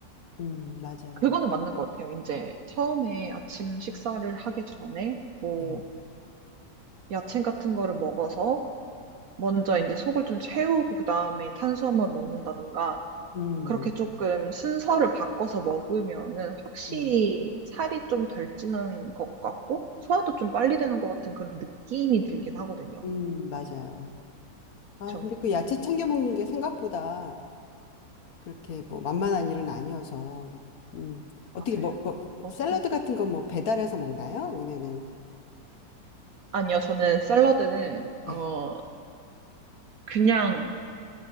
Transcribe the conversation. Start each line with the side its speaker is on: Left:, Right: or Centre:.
Left: 음, 맞아요.
Right: 그거는 맞는 것 같아요. 이제 처음에 아침 식사를 하기 전에 뭐
Left: 네,
Right: 야채 같은 거를 먹어서 먼저 이제 속을 좀 채우고 그다음에 탄수화물 먹는다든가
Left: 음,
Right: 그렇게 조금 순서를 바꿔서 먹으면은 확실히
Left: 음,
Right: 살이 좀 덜 찌는 것 같고 소화도 좀 빨리 되는 것 같은 그런 느낌이 들긴 하거든요.
Left: 음, 맞아요.
Right: 그쵸?
Left: 아, 근데 그 야채 챙겨 먹는 게 생각보다 그렇게 뭐 만만한 일은 아니어서, 음, 어떻게
Right: 맞아요.
Left: 뭐, 뭐,
Right: 어떤?
Left: 샐러드 같은 건 뭐 배달해서 먹나요? 아니면은,
Right: 아니요, 저는 샐러드는
Left: 네,
Right: 어 그냥